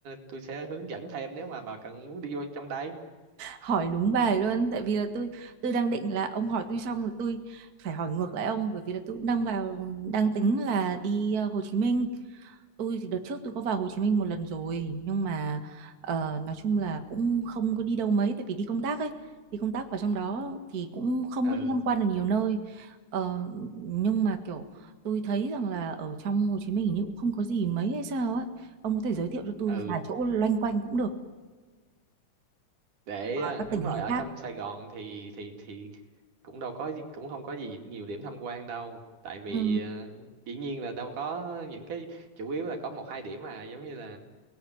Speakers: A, on the right; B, on the right.
A: tôi sẽ hướng dẫn thêm nếu mà bà cần muốn đi vô trong đây
B: hỏi đúng bài luôn tại vì là tôi tôi đang định là ông hỏi tôi xong rồi tôi phải hỏi ngược lại ông bởi vì là tôi cũng đang vào đang tính là đi ờ, Hồ Chí Minh tôi thì đợt trước tôi có vào Hồ Chí Minh một lần rồi nhưng mà ờ, nói chung là cũng không có đi đâu mấy tại vì đi công tác ấy đi công tác vào trong đó thì cũng không
A: ừ
B: có đi tham quan được nhiều nơi Ờ, nhưng mà kiểu tôi thấy rằng là ở trong Hồ Chí Minh hình như cũng không có gì mấy hay sao ấy ông có thể giới thiệu cho tôi
A: ừ
B: vài chỗ loanh quanh cũng được
A: để
B: ở
A: à,
B: các tỉnh
A: đúng rồi
B: thành
A: ở
B: khác
A: trong Sài Gòn thì thì thì cũng đâu có cũng không có gì nhiều điểm tham quan đâu tại vì
B: ừ.
A: ờ, dĩ nhiên là đâu có những cái chủ yếu là có một hai điểm mà giống như là